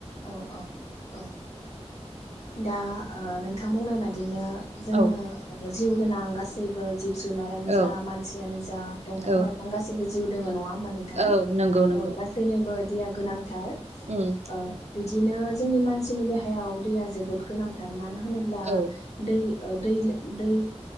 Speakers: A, on the left (about 70°); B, on the right (about 75°).
A: औ औ औ दा ओ नोंथां बुंनाय बादिनो जोङो
B: औ
A: जिउ गोनां गासैबो जिब जुनारानो
B: औ
A: जा मानसियानो जा दंफां
B: औ
A: लाइफां गासैबो जिउ दङ नङा होमबा नोंथां
B: औ नंगौ नंगौ
A: औ गासैनोबो दैया गोनां। थार
B: उम
A: ओ बिदिनो जोंनि मानसिनि देहायाव दैया जोबोद गोनांथार मान मानो होनोब्ला
B: औ
A: दै ओ दै लो दै